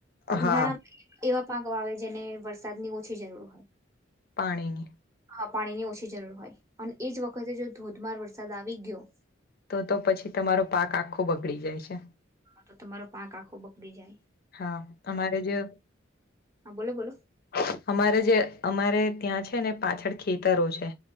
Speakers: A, on the left; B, on the right.
A: હા
B: ઉનાળા એવા પાંક આવે જેને વરસાદની ઓછી જરૂર.
A: પાણી.
B: હા પાણીની ઓછી જરૂર હોય અને એજ વખતે જો ધોધમાર વરસાદ આવી ગયો.
A: તો-તો પછી તમારો પાક આખો બગડી જાય છે.
B: તો તમારો પાંક આખો બગડી જાય.
A: હા અમારે જ.
B: હા બોલો
A: <inaudible>
B: બોલો
A: અમારે જે અમારે ત્યાં છ છે ને પાછળ ખેતરો છે